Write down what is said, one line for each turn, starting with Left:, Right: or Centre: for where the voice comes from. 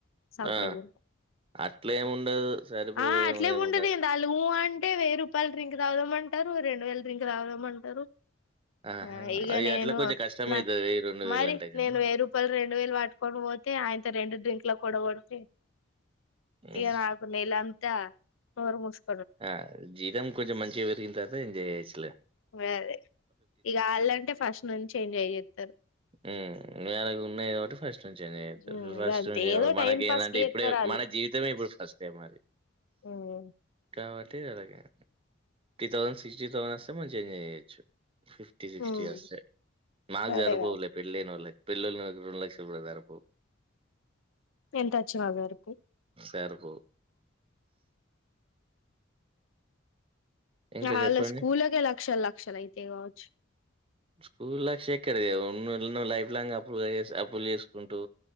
Left: సపురేట్
Right: ఆ అట్లేమి ఉండదు సరిపోయే
Left: ఆ అట్లేం
Right: ఏముండదు
Left: ఉండది ఆళ్లు వు అంటే వెయ్యి రూపాయలు డ్రింక్ తాగుదాంమం టారు రెండు వేల డ్రింక్ తాగుదమంటారు
Right: ఆహా
Left: ఆ ఇగ
Right: అది
Left: నేను
Right: అట్లా కొంచెం కష్టమైతది
Left: నా
Right: వెయ్యి రెండు వేలు
Left: మరి
Right: అంటే కాని
Left: నేను వెయ్యి రూపాయలు రెండు వేలు పట్టుకోని పోతే ఆయనతో రెండు డ్రింక్లకు కూడా పడితే
Right: మ్
Left: ఇగ నాకు నెలంతా నోరు ముష్
Right: ఆ జీతం కొంచెం మంచిగా పెరిగినా తర్వాత ఎంజాయ్ చేయొచ్చు లే
Left: అదే ఇక ఆళ్ళంటే ఫస్ట్ నుంచి ఎంజాయ్ ఎంజాయ్ చేత్తారు
Right: హ్మ్మ్ వాళ్ళకి ఉన్నాయి కాబట్టి ఫస్ట్ నుంచి ఎంజాయ్ చేత్తారు
Left: హ్మ్
Right: ఫస్ట్
Left: గంతే
Right: నుంచే
Left: ఏదో
Right: మనకి
Left: టైం పాస్
Right: ఏంటంటే
Left: కి చేత్తరు
Right: ఇప్పుడే మన కి జీవితమే ఇప్పుడు ఫస్ట్ టైమ్ మరి
Left: మ్మ్
Right: కాబట్టి అలాగే ఫిఫ్టీ థౌసండ్ సిక్స్టీ థౌసండ్ వస్తే మంచిగా ఎంజాయ్ చేయొచ్చు ఫిఫ్టీ సిక్స్టీ
Left: హ్మ్
Right: వస్తే మాకు
Left: అదేగా
Right: సరిపోవులే పెళ్ళయిన వోళ్ళకి పిల్లలున్నోలకి రెండు లక్షలు కూడా సరిపోవు
Left: ఎంత వచ్చిన సరిపోవ్
Right: సరిపోవు ఇంకా
Left: ఇగ ఆళ్ళ
Right: జెప్పండి.
Left: స్కూల్లకే లక్షలు లక్షలు అయితాయి కావచ్చు
Right: స్కూలాక్ సెక్కేరచేయవం నువ్ నువ్ లైఫ్ లాంగ్ అప్పుగాచేసి అప్పులు చేసుకుంటూ